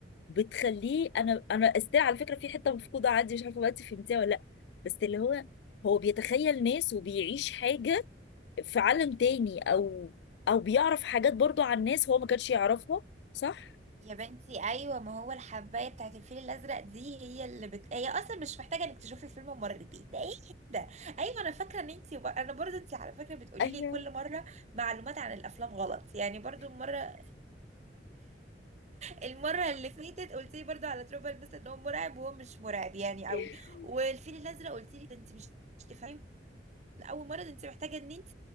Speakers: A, on the left; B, on the right.
A: بتخليه انا انا استاذ على فكرة في حتة مفقودة عندي مش عارفة بقى انت فهمتيها ولا لا بس اللي هو هو بيتخيل ناس وبيعيش حاجة في عالم تاني او او بيعرف حاجات برضو عن ناس هو ما كانش يعرفها صح؟
B: يا بنتي ايوه ما هو الحبايه بتاعت الفيل الازرق دي هي اللي بت... هي اصلا مش محتاجه انك تشوفي الفيلم مرتين ده ايه ده ايوه انا فاكره ان انت انا برضو انت على فكره بتقولي
A: ايوه
B: لي كل مره معلومات عن الافلام غلط يعني برضو المره المره اللي فاتت قلت لي برضو على تروبل مثلا ان هو مرعب وهو مش مرعب يعني
A: <laughs>
B: قوي والفيل الازرق قلت لي ده انت مش مش تفهمي اول مره ده انت محتاجه ان انت